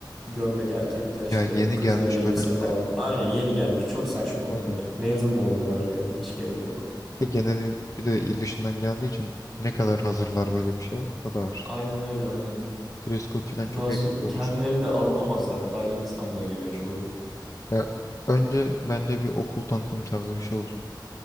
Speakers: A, in the centre; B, on the left.
A: gömlek erkekler işte
B: ya yeni
A: kızlar
B: gelmiş
A: elbise
B: öğrenciler.
A: falan. Aynen yeni gelmiş çok saçma olur
B: Aynen.
A: hani mezun mu oluyorlar yani hiç gerek yok.
B: E, Genelde bir de il dışından geldiği için ne kadar hazırlar böyle bir şey? O da var.
A: Aynen öyle aynen.
B: Dress code falan
A: Şimdi
B: çok
A: az
B: eksik olur.
A: kendileri de alamazlar. Daha yeni İstanbul'a geliyor çoğu.
B: Ya önce bence bir okul tanıtım tarzı bir şey olsun.